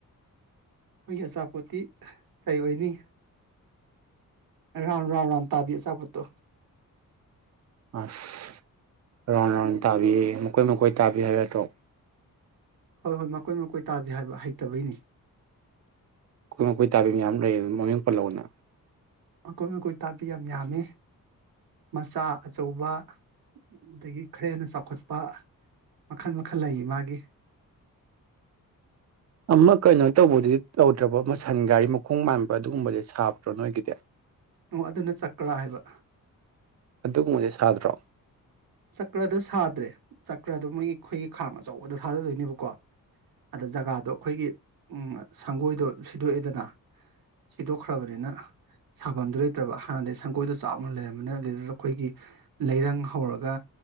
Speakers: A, on the right (about 80°); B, on the right (about 50°).
A: ꯑꯩꯈꯣꯏꯒꯤ ꯑꯆꯥꯄꯣꯠꯇꯤ ꯀꯩ ꯑꯣꯏꯅꯤ ꯔꯥꯎꯟ ꯔꯥꯎ ꯔꯥꯎ ꯇꯥꯕꯤꯁꯕꯠꯇꯣ
B: ꯑꯁ ꯔꯥꯎꯟ ꯔꯥꯎꯟ ꯇꯥꯕꯤꯌꯦ ꯃꯈꯣꯏ ꯃꯈꯀꯣꯏ ꯇꯥꯕꯤ ꯍꯥꯏꯕꯠꯇ꯭ꯔꯣ
A: ꯍꯣꯏ ꯍꯣꯏ ꯃꯈꯀꯣꯏ ꯃꯈꯀꯣꯏ ꯇꯥꯕꯤ ꯍꯥꯏꯕ ꯍꯩꯇꯕꯩꯅꯤ
B: ꯑꯩꯈꯣꯏ ꯃꯈꯣꯏ ꯇꯥꯕꯤ ꯃ ꯌꯥꯝ ꯂꯩꯌꯦ ꯑꯗꯨ ꯃꯃꯤꯡ ꯄꯜꯂꯧꯅ
A: ꯃꯀꯣꯏ ꯃꯀꯣꯏ ꯇꯥꯕꯤ ꯌꯥꯝ ꯌꯥꯝꯃꯤ ꯃꯆꯥ ꯑꯆꯧꯕ ꯑꯗꯒꯤ ꯈꯔ ꯍꯦꯟꯅ ꯆꯥꯎꯈꯠꯄ ꯃꯈꯜ ꯃꯈꯜ ꯂꯩꯌꯦ ꯃꯥꯒꯤ
B: ꯑꯃ ꯀꯩꯅꯣ ꯇꯧꯕꯗꯤ ꯇꯧꯗ꯭ꯔꯕ ꯑꯃ ꯁꯟ ꯒꯥꯔꯤ ꯃꯈꯣꯡ ꯃꯥꯟꯕ ꯑꯗꯨꯒꯨꯝꯕꯗꯤ ꯁꯥꯕ꯭ꯔꯣ ꯅꯣꯏꯒꯤꯗꯤ
A: ꯑꯣ ꯑꯗꯨꯅ ꯆꯀ꯭ꯔꯥ ꯍꯥꯏꯕ
B: ꯑꯗꯨꯒꯨꯝꯕꯁꯦ ꯁꯥꯗ꯭ꯔꯣ
A: ꯆꯀ꯭ꯔꯗꯨꯣ ꯁꯥꯗ꯭ꯔꯦ ꯆꯀ꯭ꯔꯗ ꯃꯣꯏꯒꯤ ꯑꯩꯈꯣꯏꯒꯤ ꯈꯥꯡ ꯑꯆꯧꯕꯗ ꯊꯥꯖꯗꯣꯏꯅꯦꯕꯀꯣ ꯑꯗ ꯖꯒꯥꯗꯣ ꯑꯩꯈꯣꯏꯒꯤ ꯎ ꯁꯪꯒꯣꯏꯗꯣ ꯁꯤꯗꯣꯛꯑꯦꯗꯅ ꯁꯤꯗꯣꯛꯈ꯭ꯔꯕꯅꯤꯅ ꯁꯥꯐꯝꯗꯨ ꯂꯩꯇ꯭ꯔꯕ ꯍꯥꯟꯅꯗꯤ ꯁꯪꯒꯣꯏꯗꯣ ꯆꯥꯎꯅ ꯂꯩꯔꯝꯕꯅꯤ ꯑꯗꯨꯗꯨꯗ ꯑꯩꯈꯣꯏꯒꯤ ꯂꯩꯔꯪ ꯍꯧꯔꯒ